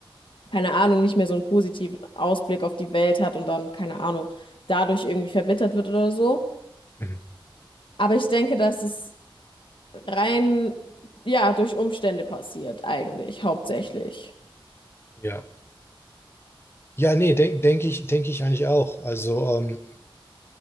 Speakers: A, on the left; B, on the left.
A: keine Ahnung, nicht mehr so einen positiven Ausblick auf die Welt hat und dann, keine Ahnung, dadurch irgendwie verbittert wird oder so.
B: Mhm.
A: Aber ich denke, dass es rein, ja, durch Umstände passiert, eigentlich, hauptsächlich.
B: Ja. Ja, nee, denke denk ich, denke ich eigentlich auch. Also, ähm,